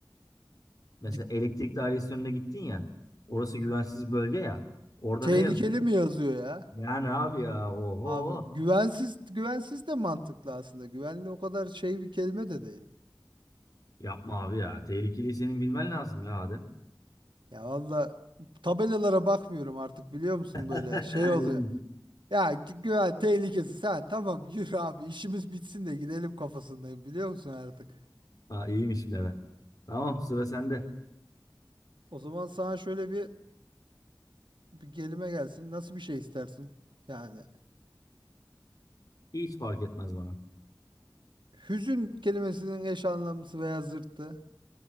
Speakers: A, on the left; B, on the right.
A: Mesela
B: Dik-
A: elektrik dairesi önüne gittin ya. Orası güvensiz bölge ya. Orada
B: tehlikeli
A: ne yazıyor?
B: mi yazıyor ya?
A: Yani abi ya oho.
B: Abi güvensiz güvensiz de mantıklı aslında. Güvenli o kadar şey bir kelime de değil.
A: Yapma abi ya. Tehlikeli senin bilmen lazım ya Adem.
B: Ya valla tabelalara bakmıyorum artık biliyor musun böyle
A: <laughs>
B: şey oluyor.
A: İyiymiş.
B: Ya gü- güven tehlikesi ha tamam yürü abi işimiz bitsin de gidelim kafasındayım biliyor musun artık.
A: Ha, iyiymiş birader. Tamam sıra sende.
B: O zaman sana şöyle bir bir kelime gelsin. Nasıl bir şey istersin? Yani
A: Hiç fark etmez bana.
B: hüzün kelimesinin eş anlamlısı veya zıttı.